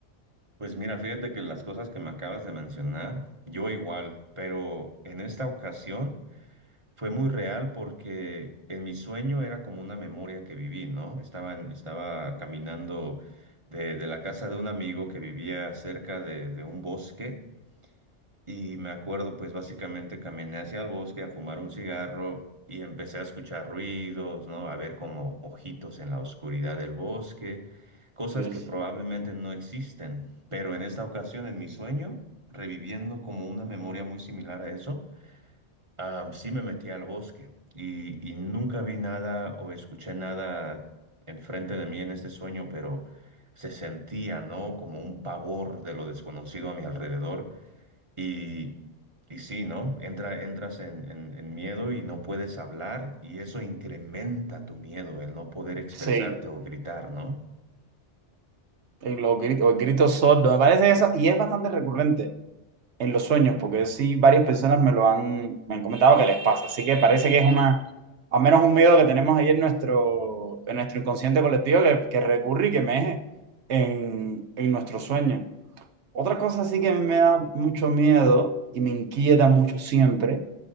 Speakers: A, on the right; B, on the right.
A: Pues mira, fíjate que las cosas que me acabas de mencionar, yo igual, pero en esta ocasión fue muy real porque en mi sueño era como una memoria que viví, ¿no? Estaba, en- estaba caminando de, de la casa de un amigo que vivía cerca de, de un bosque Y me acuerdo, pues básicamente caminé hacia el bosque a fumar un cigarro y empecé a escuchar ruidos, ¿no? A ver como ojitos en la oscuridad del bosque, cosas
B: Luis.
A: que probablemente no existen. Pero en esta ocasión, en mi sueño, reviviendo como una memoria muy similar a eso, ah, sí me metí al bosque y, y nunca vi nada o escuché nada enfrente de mí en este sueño, pero se sentía, ¿no? Como un pavor de lo desconocido a mi alrededor y, y sí, ¿no? Entra, entras en, en- en miedo y no puedes hablar y eso incrementa tu miedo, el no poder expresarte
B: Sí,
A: o gritar, ¿no?
B: en los gritos, o el grito sordo, me parece eso, y es bastante recurrente en los sueños, porque sí, varias personas me lo han, me han comentado que les pasa, así que parece que es una, al menos un miedo que tenemos ahí en nuestro, en nuestro inconsciente colectivo que, que recurre y que meje en, en nuestro sueño. Otra cosa sí que a mí me da mucho miedo y me inquieta mucho siempre